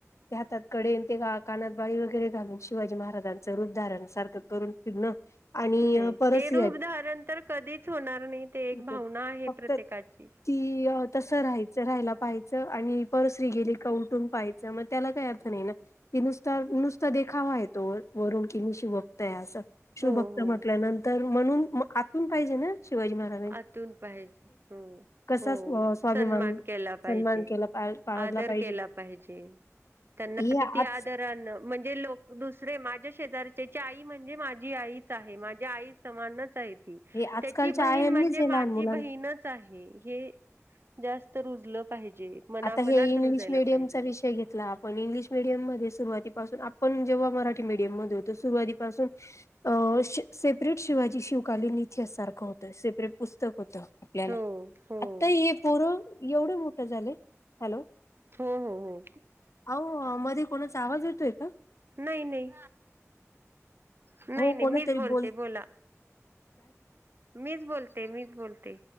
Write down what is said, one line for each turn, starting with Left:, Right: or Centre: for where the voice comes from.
Left: त्या हातात कडे ते का कानात बाळी वगैरे घालून शिवाजी महाराजांचं रूप धारण सारखं करून फिरणं आणि
Right: नाही
Left: परत
Right: ते रूप धारण तर कधीच होणार नाही. ते एक भावना
Left: क
Right: आहे
Left: फक्त
Right: प्रत्येकाची.
Left: ती तसं राहायचं राहायला पाहायचं आणि परस्त्री गेली का उठून पाहायचं मग त्याला काही अर्थ नाही ना की नुसतं नुसता देखावा तो वरून किन मी शिवभक्त हाय असं शिवभक्त
Right: हो हो.
Left: म्हटल्यानंतर म्हणून आतून पाहिजे ना शिवाजी महाराज.
Right: आतून पाहिजे हो
Left: कसा
Right: हो
Left: स्वाभिमान
Right: सन्मान केला पाहिजे.
Left: सन्मान केला बाळगला
Right: आदर
Left: पाहिजे
Right: केला पाहिजे, त्यांना
Left: हे
Right: किती
Left: आज
Right: आदरान म्हणजे लोक दुसरे माझ्या शेजारच्याची आई म्हणजे माझी आई चा आहे माझ्या आई समानच आहे ती
Left: हे आजकालच्या
Right: तेचि बहीण
Left: आयांनीच
Right: म्हणजे
Left: हे
Right: माझी
Left: लहान मुलांना
Right: बहीन हिनच आहे हे जास्त रुजलं पाहिजे. मनामनात
Left: आता हे इंग्लिश
Right: रुजायला
Left: मीडियमचा
Right: पाहिजे
Left: विषय घेतला पण इंग्लिश मिीडियम मध्ये सुरुवातीपासून आपण जेव्हा मराठी मीडियम मध्ये होतो सुरुवातीपासून अ श सेपरेट शिवाजी शिवकालीन इ तिहास सारखं होतं सेपरेट पुस्तक होतं आपल्याला.
Right: हो हो
Left: आता हे पोरं एवढं मोठं झालं. हॅलो
Right: हो हो हो
Left: आव मध्ये कोणाचा आवाज येतोय का?
Right: नाही नाही. नाही
Left: हो
Right: नाही
Left: कोणीतरी
Right: मीच बोलते
Left: बोल
Right: बोला मीच बोलते मीच बोलते.